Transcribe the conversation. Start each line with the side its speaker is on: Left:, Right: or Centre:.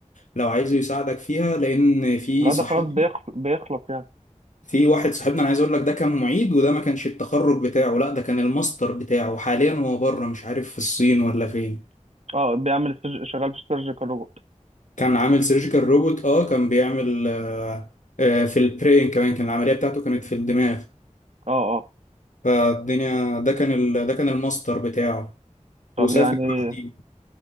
Left: لو عايزه يساعدك فيها لان في
Right: لا
Left: صحيح
Right: ده خلاص بيخ- بيخلص يعني
Left: في واحد صاحبنا انا عايز اقول لك ده كان معيد وده ما كانش التخرج بتاعه لا ده كان الماستر بتاعه حاليا هو بره مش عارف في الصين ولا فين
Right: اه بيعمل السج- شغال في السيرجيكال روبوت
Left: كان عامل سيرجيكال روبوت اه كان بيعمل آه، آه، في البرين كمان كان العملية بتاعته كانت في الدماغ
Right: اه اه.
Left: فالدنيا ده كان ال... ده كان الماستر بتاعه
Right: طب
Left: وسافر
Right: يعني
Left: بعديه